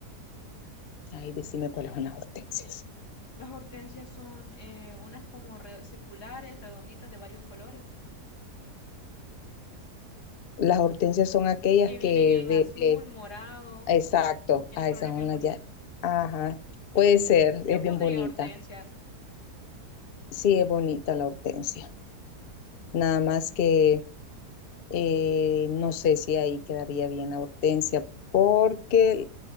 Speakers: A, on the left; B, on the left.
A: ay, decime cuáles son las hortensias.
B: Las hortensias son eh, unas como re- circulares, redonditas de varios colores,
A: Las hortensias son aquellas
B: que vienen
A: que
B: en
A: de,
B: azul,
A: de-
B: morado,
A: exacto,
B: tienen
A: ah
B: colores
A: esas son
B: bien
A: las
B: bonitos.
A: ya. Ajá, puede ser,
B: Yo
A: es
B: pondría
A: bien bonita.
B: hortensias.
A: Sí, es bonita la hortensia. Nada más que eh, no sé si ahí quedaría bien la hortensia, porque,